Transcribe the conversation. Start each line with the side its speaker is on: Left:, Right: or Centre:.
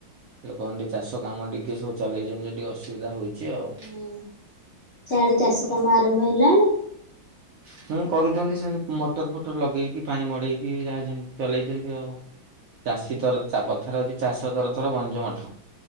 Right: ଲୋକମାନେ ଟିକେ ଚାଷ କାମ ଟିକେ ସବୁ ଚଲେଇଛନ୍ତି ଯେ, ଟିକେ ଅସୁବିଧା ହଉଛି ଆଉ।
Left: ହୁଁ। ସେଆଡେ ଚାଷ କାମ ଆରମ୍ଭ ହେଲାଣି?
Right: ହୁଁ, କରୁଛନ୍ତି ସେମିତି ମୋଟର-ଫୋଟର ଲଗେଇକି, ପାଣି ମଡେଇକି, ଯାହା ଯେମିତି ଚଲେଇଛନ୍ତି ଆଉ। ଚାଷୀ ତର କଥାରେ ଅଛି, ଚାଷ ତର ତର ବଣିଜ ମଠ।